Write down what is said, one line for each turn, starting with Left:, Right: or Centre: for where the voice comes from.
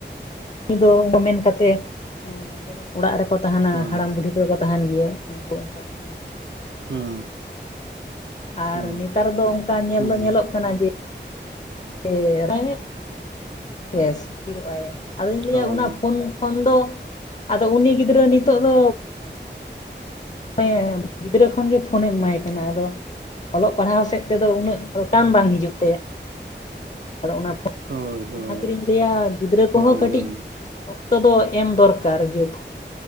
Left: ᱩᱱᱤ ᱫᱚ ᱢᱮᱱ ᱠᱟᱛᱮ ᱡᱮᱢᱚᱱ ᱚᱲᱟᱜ ᱨᱮᱠᱚ ᱛᱟᱦᱮᱱᱟ
Right: ᱦᱮᱸ
Left: ᱦᱟᱲᱟᱢ ᱵᱩᱰᱦᱤ ᱟᱹ ᱠᱚ ᱛᱟᱦᱮᱱ ᱜᱮᱭᱟ ᱩᱱᱠᱩ ᱚᱱᱠᱟ ᱠᱚ ᱢᱮᱱ
Right: ᱦᱮᱸ
Left: ᱟᱨ
Right: ᱦᱮᱸ
Left: ᱱᱮᱛᱟᱨ ᱫᱚ ᱚᱱᱠᱟ ᱧᱮᱞ
Right: ᱦᱮᱸ
Left: ᱫᱚ ᱧᱮᱞᱚᱜ ᱠᱟᱱᱟ ᱡᱮ ᱦ ᱵᱮᱥ ᱛᱷᱤᱨᱚᱜ ᱟᱭ ᱟᱫᱚᱧ ᱞᱟᱹᱭᱟ
Right: ᱦᱳᱭ
Left: ᱚᱱᱟ ᱯᱷᱳᱱ ᱠᱷᱚᱱ ᱫᱚ ᱟᱫᱚ ᱩᱱᱤ ᱜᱤᱫᱽᱨᱟᱹ ᱱᱤᱛᱚᱜ ᱫᱚ ᱦᱮᱸ ᱜᱤᱫᱽᱨᱟᱹ ᱠᱷᱚᱱᱜᱮ ᱯᱷᱳᱱᱮᱢ ᱮᱢᱟᱭ ᱠᱟᱱᱟ ᱟᱫᱚ ᱚᱞᱚᱜ ᱯᱟᱲᱦᱟᱣ ᱥᱮᱫ ᱛᱮᱫᱚ ᱩᱱᱟᱹᱜ ᱴᱟᱱ ᱵᱟᱝ ᱦᱤᱡᱩᱜ ᱛᱟᱭᱟ ᱟᱫᱚ ᱚᱱᱟ
Right: ᱦᱳᱭ ᱦᱳᱭ
Left: ᱚᱱᱟ ᱠᱷᱟᱹᱛᱤᱨᱤᱧ ᱞᱟᱹᱭᱟ ᱜᱤᱫᱽᱨᱟᱹ ᱠᱚᱦᱚᱸ
Right: ᱦᱳᱭ
Left: ᱠᱟᱹᱴᱤᱡ
Right: ᱦᱳᱭ
Left: ᱚᱠᱛᱚ ᱫᱚ ᱮᱢ ᱫᱚᱨᱠᱟᱨ ᱡᱚ